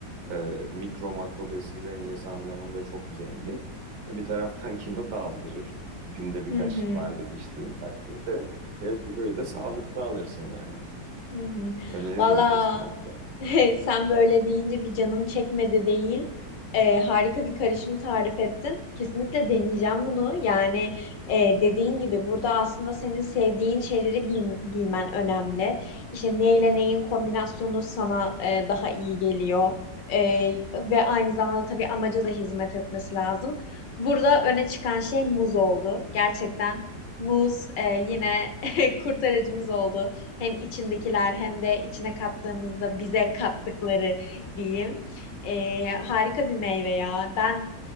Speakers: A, on the right; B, on the left.
A: E, mikro makro besin dengesi anlamında çok zengin. E, bir taraftan <laughs> kilo da aldırır. Günde birkaç
B: Hı hı.
A: bardak içtiğin takdirde. Ve o kiloyu da sağlıklı alırsın yani.
B: Hı hı.
A: Öneririm
B: Valla
A: kesinlikle.
B: <laughs> Sen böyle deyince bir canım çekmedi değil. Ee, harika bir karışım tarif ettin. Kesinlikle deneyeceğim bunu. Yani e, dediğin gibi burada aslında senin sevdiğin şeyleri bil- bilmen önemli. İşte neyle neyin kombinasyonu sana e, daha iyi geliyor. E, ve aynı zamanda tabii amaca da hizmet etmesi lazım. Burada öne çıkan şey muz oldu. Gerçekten muz e, yine <laughs> kurtarıcımız oldu. Hem içindekiler hem de içine kattığımızda bize kattıkları diyeyim. Ee, harika bir meyve ya. Ben